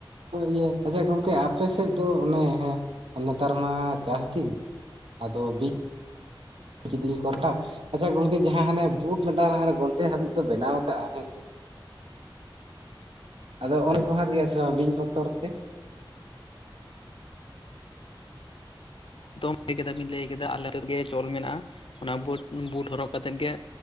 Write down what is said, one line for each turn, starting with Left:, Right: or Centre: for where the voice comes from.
Right: ᱤᱭᱟᱹ ᱟᱪᱪᱷᱟ ᱜᱚᱝᱠᱮ ᱟᱯᱮ ᱥᱮᱫ ᱫᱚ ᱚᱱᱮ ᱦᱮᱸ ᱞᱮᱛᱟᱨ ᱢᱟ ᱪᱟᱥ ᱫᱤᱱ ᱟᱫᱚ ᱵᱤᱧ ᱠᱤᱫᱤᱧ ᱠᱚᱴᱟ ᱟᱪᱪᱷᱟ ᱜᱚᱝᱠᱮ ᱡᱟᱦᱟᱸ ᱦᱟᱱᱮ ᱵᱳᱴ ᱢᱮᱴᱟᱝ ᱟᱱᱮ ᱜᱚᱱᱴᱮ ᱦᱟᱹᱵᱤᱡ ᱠᱚ ᱵᱮᱱᱟᱣ ᱟᱠᱟᱜᱼᱟ ᱦᱮᱸ ᱥᱮ ᱟᱫᱚ ᱚᱱᱟ ᱵᱮᱵᱷᱟᱨ ᱦᱩᱭᱩᱜᱼᱟ ᱥᱮ ᱵᱟᱝ ᱵᱤᱧ ᱵᱚᱛᱚᱨ ᱛᱮ
Left: ᱫᱚ ᱞᱟᱹᱭ ᱠᱮᱫᱟ ᱵᱤᱱ ᱞᱟᱹᱭ ᱠᱮᱫᱟ ᱟᱞᱮᱫ ᱜᱮ ᱪᱚᱞ ᱢᱮᱱᱟᱜᱼᱟ ᱚᱱᱟ ᱵᱩᱴ ᱵᱩᱴ ᱦᱚᱨᱚᱜ ᱠᱟᱛᱮᱫ ᱜᱮ